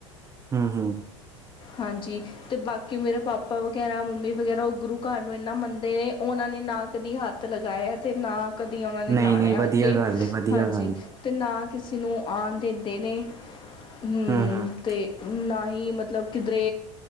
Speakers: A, on the right (about 20°); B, on the left (about 30°).
A: ਹੂੰ-ਹੂੰ।
B: ਹਾਂਜੀ। ਤੇ ਬਾਕੀ ਮੇਰੇ ਪਾਪਾ ਵਗੈਰਾ ਮੰਮੀ ਵਗੈਰਾ ਉਹ ਗੁਰੂ ਘਰ ਨੂੰ ਇਨਾ ਮੰਨਦੇ ਨੇ ਉਹਨਾਂ ਨੇ ਨਾ ਕਦੀ ਹੱਥ ਲਗਾਇਆ ਤੇ ਨਾ ਕਦੀ ਉਹਨਾਂ ਨੇ
A: ਨਹੀਂ-ਨਹੀਂ
B: ਲਾਣਾ
A: ਵਧੀਆ
B: ਅੱਗੇ,
A: ਗੱਲ ਏ, ਵਧੀਆ
B: ਹਾਂਜੀ।
A: ਗੱਲ ਏ।
B: ਤੇ ਨਾ ਕਿਸੇ ਨੂੰ ਆਉਣ ਦਿੰਦੇ ਨੇ। ਹੂੰ।
A: ਹੂੰ-ਹੂੰ,
B: ਤੇ ਨਾ ਹੀ ਮਤਲਬ ਕਿਧਰੇ